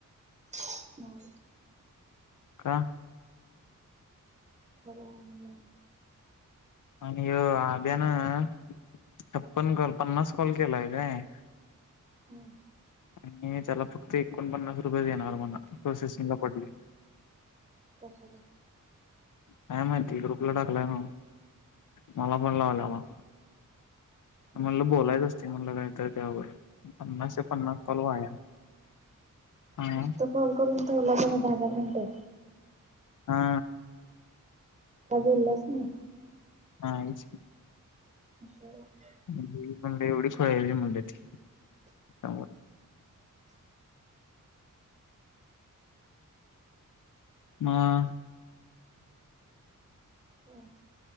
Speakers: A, on the right; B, on the left.
A: हम
B: का
A: ला <inaudible>
B: आणि आभ्यान छप्पन कॉल पन्नास कॉल केलाय काय
A: हम्
B: आणि त्याला फक्त एकोण पन्नास रुपये देणार मला प्रोसेसिंग ला पडले.
A: <inaudible>
B: काय माहिती ग्रुपला टाकलाय ना मला णववा
A: मग
B: म्हणलं बोलायच असते म्हणलं काहीत त्यावर पन्नास से पन्नास कॉलो वाया. हा
A: नुसत कॉल करून ठवला त दहा दहा मिनटं
B: हा
A: काय बोललास मी
B: हाच
A: <inaudible>
B: म्हं एवढी खळाली म्हंली त्यामुळे मग
A: काय